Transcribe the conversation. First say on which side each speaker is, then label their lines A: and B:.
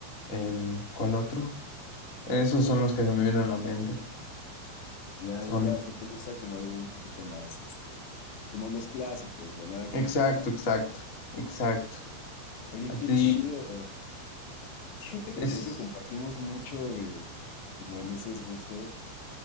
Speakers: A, on the left (about 20°); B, on the left (about 65°).
A: em, ¿cuál otro? Esos son los que se me vienen a la mente.
B: Ya,
A: Son,
B: ya, ya. O sea, ¿te gusta como algo un poquito más, este, como los clásicos, güey? Nada como
A: exacto,
B: tal.
A: exacto, exacto.
B: Oye,
A: A
B: qué
A: ti
B: chido. Fíjate
A: es,
B: que creo que compartimos mucho de, como en esos gustos.